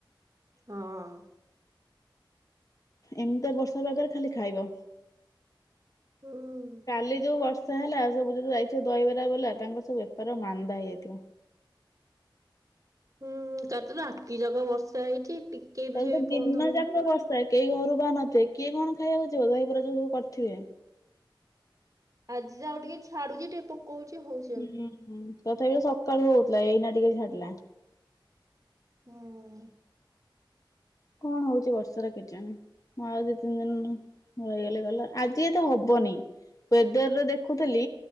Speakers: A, on the right; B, on the left.
A: ହଁ।
B: ଏମିତିଆ ବର୍ଷା ପାଗରେ ଖାଲି ଖାଇବ।
A: ହୁଁ।
B: କାଲି ଯୋଉ ବର୍ଷା ହେଲା ସବୁ ଯୋଉ ଯାଇଥିବେ ଦହିବରା ବଲା ତାଙ୍କର ସବୁ ବେପାର ମାନ୍ଦା ହେଇଯାଇଥିବ।
A: ହୁଁ କାଲି ତ ରାତି ଯାକ କ ବର୍ଷା ହେଇଛି ଟିକେ
B: କାଲି
A: ବି
B: ତ
A: ଏପନ୍ତ
B: ଦିନ
A: ବନ୍ଦ
B: ଯାକ
A: ହଉନି। ଆଉ।
B: ବର୍ଷା କେହି ଘରୁ ବାହରୁ ନଥିବେ କିଏ କଣ ଖାଇବାକୁ ଯିବ ଦହି ପୁରା ଯୋଉ ସବୁ କରିଥିବେ।
A: ଆଜି ଯା ହୋଉ ଟିକେ ଛାଡୁଛି ଟିକେ ପ ଉଚି ହଉଚି।
B: ହୁଁ ହୁଁ ତଥାପି ତ ସକାଳୁ ହଉଥିଲା ଏଇନା ଟିକେ ଛାଡିଲା।
A: ହଁ ହଁ।
B: କଣ ହଉଚି ବର୍ଷର କେଜାଣି। ମୁଁ ଆଉ ଦି ତିନି ଦିନି ରହିଗଲେ ଗଲା ଆଜି ଏତେ ହବନି। ୱେଦରରେ ଦେଖୁଥିଲି